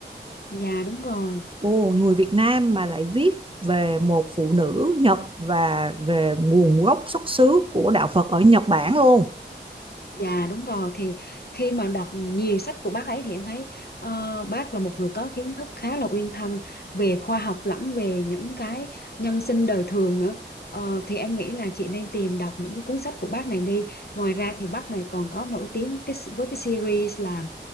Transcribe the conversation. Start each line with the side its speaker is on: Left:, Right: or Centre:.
Left: dạ đúng rồi
Right: Ồ, người Việt Nam mà lại viết về một phụ nữ Nhật và về nguồn gốc xuất xứ của đạo Phật ở Nhật Bản luôn.
Left: Dạ đúng rồi thì khi mà đọc nhiều sách của bác ấy thì em thấy ờ, bác là một người có kiến thức khá là uyên thâm về khoa học lẫn về những cái nhân sinh đời thường nữa Ờ, thì em nghĩ là chị nên tìm đọc những cái cuốn sách của bác này đi ngoài ra thì bác này còn có nổi tiếng cái, với cái series là